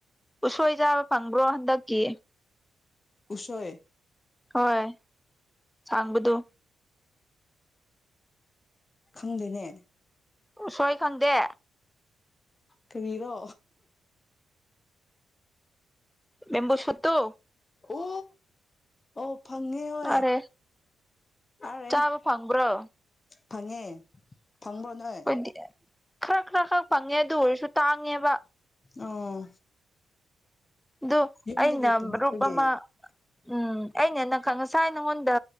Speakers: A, in the centre; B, on the left.
A: ꯎꯁꯣꯏ ꯆꯥꯕ ꯐꯪꯕ꯭ꯔꯣ ꯍꯟꯗꯛꯀꯤ
B: ꯎꯁꯣꯏ
A: ꯍꯣꯏ ꯁꯥꯡꯕꯗꯨ
B: ꯈꯪꯗꯦꯅꯦ
A: ꯎꯁꯣꯏ ꯈꯪꯗꯦ
B: ꯀꯔꯤꯔꯣ
A: ꯕꯦꯝꯕꯨ ꯁꯨꯠꯇꯨ
B: ꯎ ꯑꯣ ꯐꯪꯉꯦ ꯍꯣꯏ
A: ꯑꯔꯦ
B: ꯑꯔꯦ
A: ꯆꯥꯕ ꯐꯪꯕ꯭ꯔꯣ
B: ꯐꯪꯉꯦ ꯐꯪꯕ꯭ꯔꯣ ꯅꯣꯏ
A: ꯑꯩꯈꯣꯏꯗꯤ ꯈꯔ ꯈꯔ ꯈꯔ ꯐꯪꯉꯦ ꯑꯗꯨ ꯑꯣꯏꯔꯁꯨ ꯇꯥꯡꯉꯦꯕ
B: ꯑꯣ
A: ꯑꯗꯨ
B: ꯌꯨꯝꯗꯒꯤ
A: ꯑꯩꯅ
B: ꯄꯨꯔꯛꯄꯒꯤ
A: ꯃꯔꯨꯞ ꯑꯃ ꯎꯝ ꯑꯅꯦ ꯅꯪ ꯉꯁꯥꯏ ꯅꯪꯉꯣꯟꯗ